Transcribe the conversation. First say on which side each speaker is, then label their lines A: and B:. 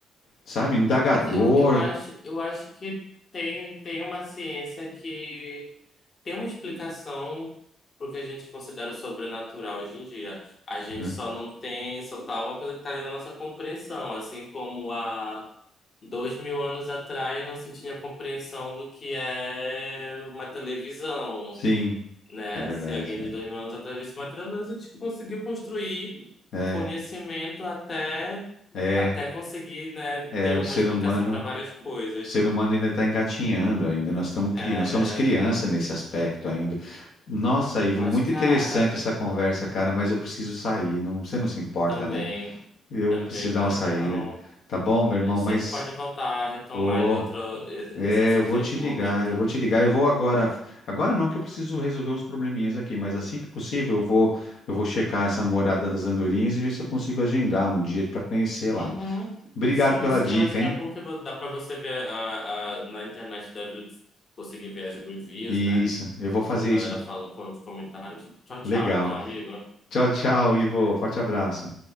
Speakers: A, on the left; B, on the left.
A: sabe? Indagador.
B: Mas eu, eu acho, eu acho que tem, tem uma ciência que tem uma explicação pro que a gente considera o sobrenatural hoje em dia. A gente
A: Uhum.
B: só não tem, só tá uma coisa que tá ali na nossa compreensão, assim como há dois mil anos atrás não se tinha compreensão do que é uma televisão
A: Sim,
B: né?
A: é verdade.
B: Se alguém de dois mil anos atrás visse uma trama, mas a gente conseguiu construir
A: É,
B: conhecimento até,
A: é,
B: até
A: é
B: conseguir, né,
A: é
B: ter
A: o
B: uma
A: ser
B: explicação
A: humano.
B: para várias coisas.
A: O ser humano ainda está engatinhando, ainda nós estamos cri...
B: É,
A: nós somos criança nesse aspecto ainda. Nossa, Ivo,
B: mas,
A: muito
B: cara,
A: interessante essa conversa, cara, mas eu preciso sair. Não, você não se importa,
B: também,
A: né? Eu
B: também,
A: preciso dar
B: claro
A: uma saída.
B: que não.
A: Tá bom, meu irmão,
B: A gente
A: mas
B: sempre pode voltar a retomar
A: ô,
B: de outro, esse
A: é,
B: esse assunto
A: eu vou
B: em outro
A: te ligar,
B: momento.
A: eu vou te ligar. Eu vou agora. Agora não, que eu preciso resolver uns probleminhas aqui, mas assim que possível, eu vou, eu vou checar essa morada das andorinhas e ver se eu consigo agendar um dia para conhecer lá.
B: Uhum.
A: Obrigado
B: Sim,
A: pela
B: sim,
A: dica,
B: eu acho que
A: hein?
B: é bom que vo- dá para você ver a, a- na internet, deve conseguir ver as reviews,
A: Isso,
B: né?
A: eu vou fazer
B: Pô, a galera
A: isso.
B: falando com os comentários. Tchau, tchau,
A: Legal.
B: então, amigo.
A: Tchau, tchau, Ivo. Forte abraço.